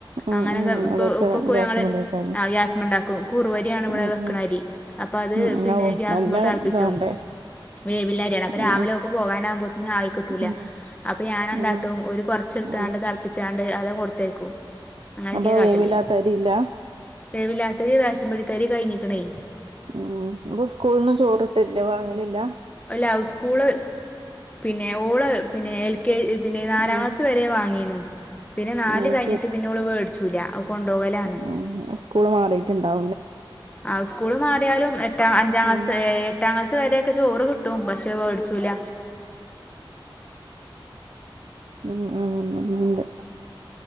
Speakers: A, on the right (about 85°); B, on the left (about 15°).
A: ഉം
B: അങ്ങനെയൊക്കെ
A: ഉം
B: ഇപ്പൊ
A: അതൊക്കെ
B: ഇപ്പൊ
A: ഗ്യാസുമലേക്കാന്
B: ഞങ്ങള് ഗ്യാസമണ്ടാക്കും കറുവരിയാണ് ഇവിടെ
A: ഉം
B: വെക്കണം
A: ഉം
B: അരി അപ്പൊ അത്
A: ഉം
B: പിന്നെ
A: ഔ
B: ഗ്യാസ്സുമേ
A: നല്ല
B: തിളപ്പിച്ചു
A: ഇത് വേണ്ടേ
B: വേവുള്ള അരിയാണ് അപ്പൊ
A: ഉം
B: രാവിലെ ഒക്കെ പോകാൻ ആകുമ്പോ ആയിക്കോട്ടൂല
A: ഉം
B: അപ്പൊ ഞാൻ എന്താട്ടും
A: ഉം
B: ഒരു കുറച്ച് വേവിച്ചെടുത്ത്
A: ഉം
B: തിളപ്പിച്ചാണ്ട് അത് കൊടുത്തയക്കും അങ്ങനൊക്കെയ
A: അപ്പൊ
B: കാട്ടല്
A: വേവില്ലാത്ത അരിയില്ല
B: വേവില്ലാത്ത അരി റേഷൻ പീടികയിലെ അരി കഴിഞ്ഞേക്കണേ
A: ഉ ഇപ്പൊ സ്കൂളി നിന്നും ചോറിട്ടില്ലേ വാങ്ങിലില്ല
B: അല്ല സ്കൂള് പിന്നെ ഓള് പിന്നെ എൽ കെ ജി പിന്നെ നാലാം
A: ഉം
B: ക്ലാസ്സ് വരെ വാങ്ങ പിന്നെ നാല്
A: അത്
B: കഴിഞ്ഞിട്ട് മേടിച്ചില്ല ഓള് കൊണ്ടുപോകലാ
A: ഉ സ്കൂള് മാറിയിട്ടുണ്ടാവും
B: ആ സ്കൂള് മാറിയാലും എട്ടാം അഞ്ചാം ക്ലാസ്സ്
A: ഉം
B: എട്ടാം ക്ലാസ് വരൊക്കെ ചോറ് കിട്ടും പക്ഷെ മേടിച്ചൂല
A: ഉം ഉം ഉണ്ട്